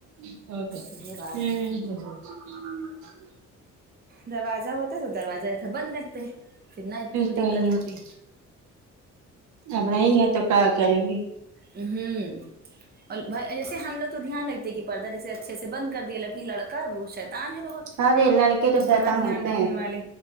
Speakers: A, on the right; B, on the right.
A: اوکے
B: یہ بات ہے
A: <inaudible>
B: دروازہ ہوتا تو دروازہ ای ادھر بند رکھتے پھر نہ اتنی
A: تو
B: دقت
A: یہ
B: ہوتی
A: اب نہیں ہے تو کیا کریں گے
B: ہوں اور جیسے ہم لوگ تو دھیان رکھتے ہیں کہ پردہ جیسے اچھے سے بند کر دیا لیکن لڑکا وہ شاید تان ہے بہت
A: ارے لڑکے تو
B: وہ
A: شیطان
B: کہاں دھیان
A: ہوتے
B: رکھنے
A: ہیں
B: والے